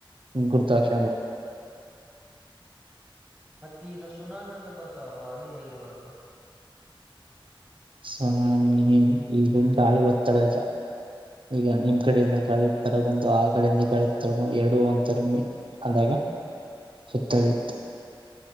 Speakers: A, on the right; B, in the centre.
A: ಗುರುತಾಕ್ಷ
B: ಮತ್ತೆಷ್ಟ ಸುನಾಮಿ ಅಂತ ಬರ್ತಲ್ವಾ ಅದು ಹೇಗೆ ಬರುತ್ತೆ
A: ಸಾನ ಈಗ ಗಾಳಿ ಒತದಜ ಈಗ ನಿಮ್ ಕಡೆಯಿಂದ ಗಳಕ್ ತರ ಬಂದು ಆ ಕಡೆಯಿಂದಗಳಿ ತರ ಎರಡು ಅಂತಿ ಅ ಸತ್ತರತ್ತು